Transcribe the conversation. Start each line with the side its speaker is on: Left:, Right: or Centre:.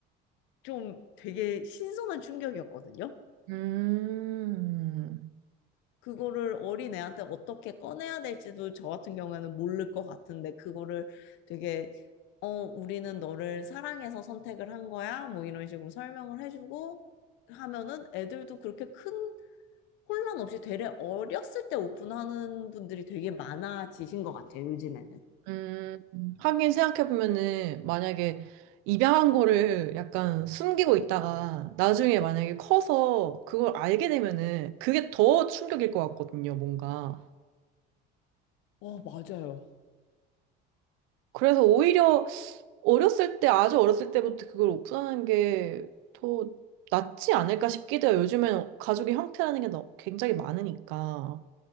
Left: 좀 되게 신선한 충격이었거든요.
Right: 음,
Left: 그거를 어린애한테 어떻게 꺼내야 될지도 저 같은 경우에는 모를 것 같은데, 그거를 되게, 어, 우리는 너를 사랑해서 선택을 한 거야. 뭐 이런 식으로 설명을 해주고 하면은 애들도 그렇게 큰 혼란 없이 되레 어렸을 때 오픈하는 분들이 되게 많아지신 것 같아요, 요즘에는.
Right: 음. 하긴 생각해 보면은 만약에 입양한 거를 약간 숨기고 있다가 나중에 만약에 커서 그걸 알게 되면은 그게 더 충격일 것 같거든요, 뭔가.
Left: 어, 맞아요.
Right: 그래서 오히려 어렸을 때, 아주 어렸을 때부터 그걸 오픈하는 게 더 낫지 않을까 싶기도 해요. 요즘에는 가족의 형태라는 게 너- 굉장히 많으니까.